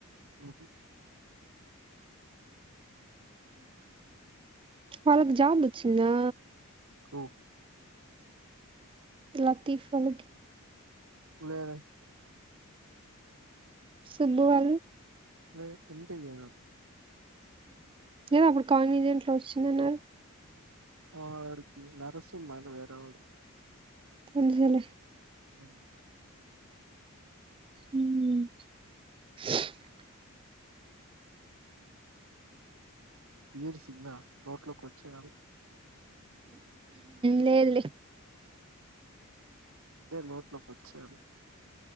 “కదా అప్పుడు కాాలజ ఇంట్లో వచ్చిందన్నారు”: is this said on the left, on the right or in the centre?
Right